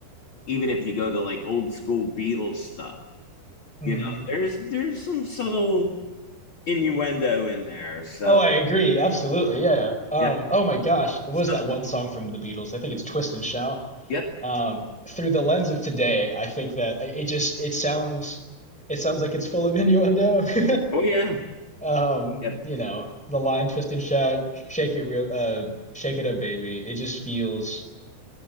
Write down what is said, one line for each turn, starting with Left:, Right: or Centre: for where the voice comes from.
Left: even if you go to like old school Beatles stuff,
Centre: hmm
Left: you know, there's there's some subtle innuendo in there. So
Centre: Oh, I agree. Absolutely. Yeah. Um,
Left: yep,
Centre: oh my gosh. There
Left: so,
Centre: was that one song from the Beatles. I think it's Twist and Shout.
Left: yep,
Centre: Um, through the lens of today, I think that it it just it sounds it sounds like it's full of innuendo. <laughs>
Left: oh yeah,
Centre: Um,
Left: yep,
Centre: you know, the line Twist and Shout, shake it real uh shake it up, baby. It just feels